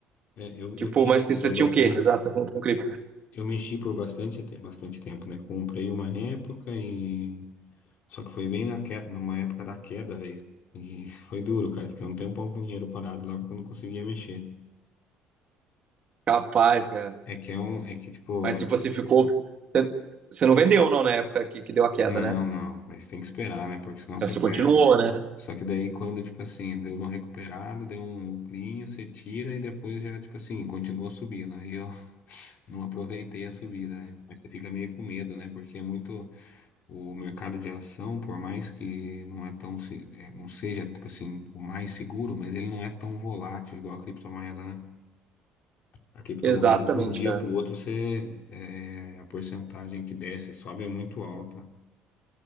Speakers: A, on the left; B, on the right.
A: É, eu,
B: Tipo,
A: eu tive
B: mas você
A: por
B: tinha
A: bastante.
B: o quê? Exato, com, com cripto.
A: Eu mexi por bastante, te- bastante tempo, né? Comprei uma época e. Só que foi bem na queda, numa época da queda, velho. E <laughs> foi duro, cara. Fiquei um tempão com o dinheiro parado lá porque eu não conseguia mexer.
B: Capaz, cara.
A: É que é um. É que, tipo.
B: Mas tipo, você ficou. Você você não
A: é
B: vendeu,
A: que-
B: não, na época que, que deu a queda,
A: Não,
B: né?
A: não. Mas tem que esperar, né? Porque senão você
B: Você continuou, né?
A: Só que daí quando, tipo assim, deu uma recuperada, deu um lucrinho, você tira e depois já, tipo assim, continua subindo. Aí eu <laughs> não aproveitei a subida, né? Mas você fica meio com medo, né? Porque é muito o mercado de ação, por mais que não é tão, se- é, não seja, tipo assim, o mais seguro, mas ele não é tão volátil igual a criptomoeda, né? A criptomoeda
B: Exatamente,
A: de um dia
B: cara.
A: para o outro, você, é, a porcentagem que desce, e sobe é muito alta.